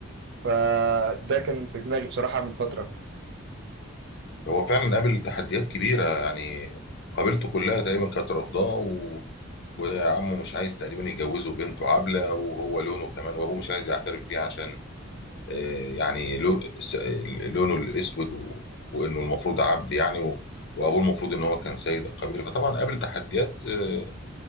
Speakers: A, on the right (about 55°); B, on the left (about 55°).
A: فده كان في دماغي بصراحة من فترة
B: هو فعلا قابل تحديات كبيرة يعني قابلته كلها تقريبا كانت رافضاه و... وعمه مش عايز تقريبا يجوزه بنته عبلة وهو لونه كمان وابوه مش عايز يعترف بيه عشان آه، يعني لو... س- لونه الاسود و... وانه المفروض عبد يعني و... وابوه المفروض ان هو كان سيد القبيلة فطبعا قابل تحديات آه،